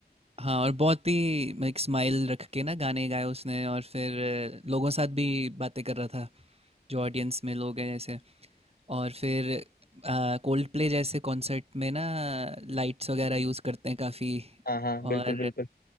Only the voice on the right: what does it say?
हाँ और बहुत ही लाइक स्माइल रख के ना गाने गाए उसने और फिर अ, लोगों के साथ भी बातें कर रहा था जो ऑडियंस में लोग हैं जैसे और फिर कोल्ड प्ले जैसे कॉन्सर्ट में ना लाइट्स वगैरह यूज़ करते हैं काफ़ी
और